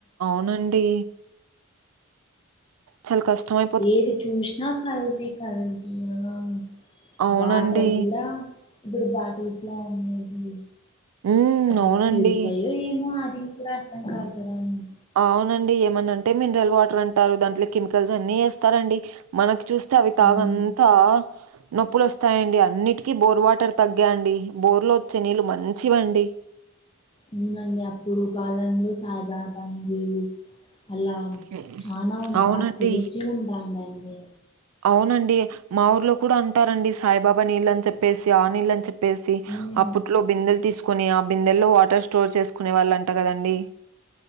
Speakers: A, on the right (about 85°); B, on the left (about 25°).
A: అవునండి చాలా కష్టమే
B: ఏది చూసినా కల్తీ కదా
A: అవునండి.
B: వాటర్ కూడా ఇప్పుడు బాటిల్స్ లా ఉండేది
A: హ్మ్.
B: అది
A: అవునండి.
B: ప్యూరిఫై యో ఏమో అది కూడా అర్థం కాదు కదా అండి.
A: అవునండి, ఏమనంటే మినరల్ వాటర్ అంటారు. దాంట్లో కెమికల్స్ అన్ని వేస్తారండి. మనకు చూస్తే అవి తాగితే
B: మ్
A: నొప్పులు వస్తాయండి. అన్నిటికీ బోర్ వాటర్ తగ్గే అండి. బోర్లో వచ్చే నీళ్ళు మంచివండి.
B: ఆవునండి అప్పుడు కాలంలో సాయిబాబా నీళ్లు అలా
A: హ్మ్.
B: చానా
A: అవునండి.
B: బాగా టేస్టీగా ఉంటాండండి.
A: అవునండి. మా ఊర్లో కూడా అంటారండి సాయిబాబా నీళ్ళు అని చెప్పేసి, ఆ నీళ్ళని చెప్పి చెప్పేసి
B: మ్మ్
A: అప్పట్లో బిందెలు తీసుకుని ఆ బిందెల్లో వాటర్ స్టోర్ చేసుకునే వాళ్ళు అంట కదండి.